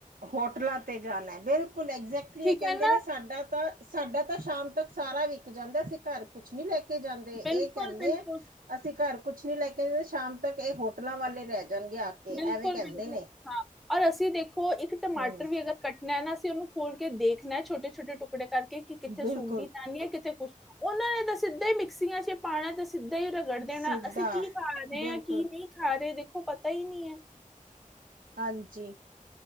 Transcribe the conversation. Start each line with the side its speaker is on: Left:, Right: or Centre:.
Right: ਹੋਟਲਾਂ ਤੇ ਜਾਨੈ ਬਿਲਕੁਲ ਐਗਜੈਕਟਲੀ
Centre: ਠੀਕ
Right: ਏ ਕੈਂਦੇ
Centre: ਹੈ ਨਾ
Right: ਨੇ ਸਾਡਾ ਤਾਂ ਸਾਡਾ ਤਾਂ ਸ਼ਾਮ ਤੱਕ ਸਾਰਾ ਵਿਕ ਜਾਂਦਾ ਅਸੀਂ ਘਾਰ ਕੁਛ ਨੀ ਲੈ ਕੇ ਜਾਂਦੇ, ਏ
Centre: ਬਿਲਕੁਲ
Right: ਕੈੰਦੇ
Centre: ਬਿਲਕੁਲ
Right: ਆ ਅਸੀਂ ਘਰ ਕੁਛ ਨੀ ਲੈ ਕੇ, ਸ਼ਾਮ ਤੱਕ ਏ ਹੋਟਲਾਂ ਵਾਲੇ ਲੈ ਜਾਨਗੇ ਆ ਕੇ
Centre: ਬਿਲਕੁਲ
Right: ਐਵੇਂ ਕੈਂਦੇ
Centre: ਬਿਲਕੁਲ
Right: ਨੇ।
Centre: ਹਾਂ ਔਰ ਅਸੀਂ ਦੇਖੋ ਇੱਕ ਟਮਾਟਰ
Right: ਹਮ
Centre: ਵੀ ਅਗਰ ਕੱਟਨੈ ਨਾ ਅਸੀਂ ਉਨੂੰ ਖੋਲ ਕੇ ਦੇਖਨੈ ੳਨੂ ਛੋਟੇ-ਛੋਟੇ ਟੁਕੜੇ ਕਰਕੇ ਕਿ ਕਿੱਤੇ
Right: ਬਿਲਕੁਲ
Centre: ਸੂਡੀ ਤਾਂ ਨੀ ਏ ਕਿਤੇ ਕੁਛ ਉਨਾਂ ਨੇ ਤਾਂ ਸਿੱਧਾ ਈ ਮਿਕਸੀਆਂ ਚ ਪਾਣੈ, ਤੇ ਸਿੱਧਾ ਈ ਰਗੜ ਦੇਣਾ,
Right: ਸਿੱਧਾ
Centre: ਅਸੀਂ ਕੀ ਖਾ ਰਏ
Right: ਬਿਲਕੁਲ
Centre: ਆਂ ਕੀ ਨਈ ਖਾਰੇ ਦੇਖੋ ਪਤਾ ਈ ਨਈ ਏ।
Right: ਹਾਂਜੀ।